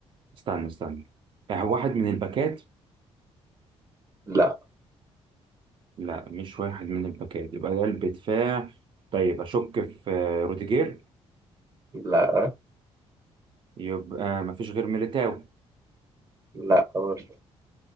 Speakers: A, on the right; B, on the right.
A: استنى استنى آه، واحد من الباكات
B: لا
A: لا مش واحد من الباكات يبقى ده قلب دفاع طيب اشك في آه، روديجير
B: لا
A: يبقى مفيش غير ميليتاو
B: لا برضه